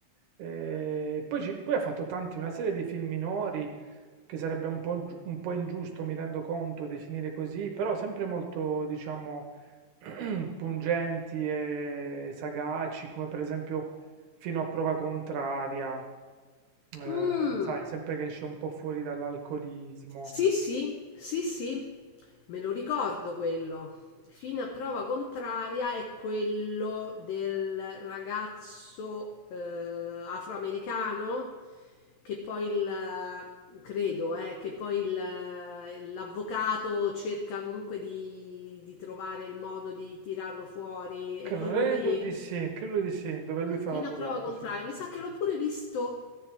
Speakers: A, on the right (about 70°); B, on the left (about 85°).
A: Ehm, poi ci poi ha fatto tanti una serie di film minori, che sarebbe un po' giu un po' ingiusto, mi rendo conto, definire così, però sempre molto diciamo <clears throat> pungenti e sagaci, come per esempio Fino a prova contraria, ehm,
B: Mm.
A: sai, sempre che esce un po' fuori dall'alcolismo.
B: Sì, sì, sì, sì, me lo ricordo quello. Fino a prova contraria è quello del ragazzo eh, afroamericano che poi il, credo, eh, che poi il- l'avvocato cerca comunque di, di trovare il modo di tirarlo fuori. È
A: Credo
B: quello Ok. lì?
A: di sì, credo di sì, dove lui fa
B: Fino
A: l'avvocato,
B: a prova contraria,
A: sì.
B: mi sa che l'ho pure visto